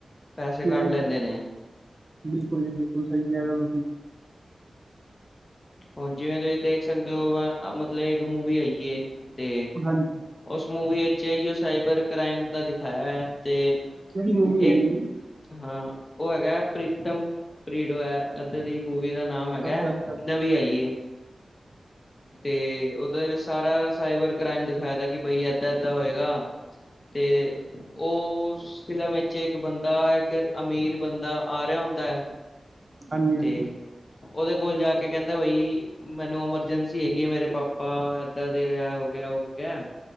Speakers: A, on the left; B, on the right.
A: ਪੈਸੇ
B: ਹ,
A: ਕੱਢ ਲੈਂਦੇ ਨੇ
B: ਬਿਲਕੁਲ ਜੀ ਬਿਲਕੁਲ ਸਹੀ ਕਹਿ ਰਹੇ ਹੋ ਤੁਸੀਂ
A: ਹੁਣ ਜਿਵੇਂ ਤੁਸੀਂ ਦੇਖ ਸਕਦੇ ਹੋ, ਮਤਲਬ ਇੱਕ ਮੂਵੀ ਆਈਏ ਤੇ
B: ਹਾਂਜੀ
A: ਉਸ ਮੂਵੀ ਵਿੱਚ ਇਹੀਓ ਸਾਈਬਰ ਕ੍ਰਾਈਮ ਦਾ ਦਿਖਾਇਆ ਹੋਇਆ ਤੇ,
B: ਕਿਹੜੀ ਮੂਵੀ
A: ਇੱਕ
B: ਹੈਗੀ ਜੀ
A: ਹਾਂ, ਉਹ ਹੈਗਾ ਹੈ ਪ੍ਰੀਤਮ ਪਰੀਵੇੜ ਹੈ ਏਧਾਂ ਦੀ ਮੂਵੀ ਦਾ ਨਾਮ ਹੈਗਾ,
B: ਅੱਛਾ ਅੱਛਾ
A: ਨਵੀਂ ਆਈਏ ਤੇ ਉਦਰ ਸਾਰਾ ਸਾਹਿਬਰ ਕ੍ਰਾਈਮ ਦਿਖਾਇਆ ਦਾ ਕਿ ਬਈ ਇਦਾਂ ਇਦਾਂ ਹੋਏਗਾ ਤੇ ਉਸ, ਫਿਲਮ ਵਿੱਚ ਇੱਕ ਬੰਦਾ ਇੱਕ ਅਮੀਰ ਬੰਦਾ ਆ ਰਿਹਾ ਹੁੰਦਾ ਹੈ
B: ਹਾਂਜੀ ਹਾਂਜੀ
A: ਤੇ ਉਹਦੇ ਕੋਲ ਜਾ ਕੇ ਕਹਿੰਦਾ ਬਈ ਮੈਨੂੰ ਇਮਰਜਂਸੀ ਹੈਗੀ ਮੇਰੇ
B: ਹਾਂਜੀ
A: ਪਾਪਾ ਇਦਾਂ ਦੇ ਇਹ ਹੋ ਗਿਆ ਉਹ ਹੋ ਗਿਆ